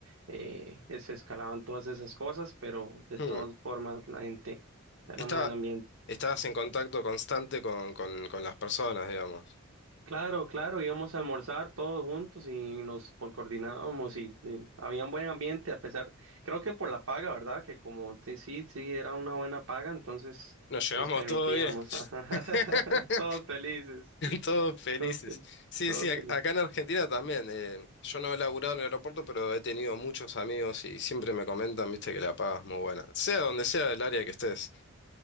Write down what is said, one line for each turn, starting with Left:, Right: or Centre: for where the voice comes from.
Right: eh, se escalaban todas esas cosas, pero de
Left: Hmm.
Right: todas formas la gente era
Left: Está,
Right: un buen ambiente.
Left: estás en contacto constante con, con, con las personas, digamos.
Right: Claro, claro, íbamos a almorzar todos juntos y nos por- coordinábamos y, y había un buen ambiente a pesar, creo que por la paga, ¿verdad? Que como te- sí, sí, era una buena paga, entonces
Left: Nos llevamos
Right: nos permitíamos,
Left: todo bien.
Right: ajá, <laughs>
Left: <laughs>
Right: todos felices,
Left: Todos felices.
Right: todos felices,
Left: Sí,
Right: todos
Left: sí, ac-
Right: felices,
Left: acá en Argentina también. eh, yo no he laburado en el aeropuerto, pero he tenido muchos amigos y siempre me comentan, viste, que la paga es muy buena. Sea donde sea el área que estés,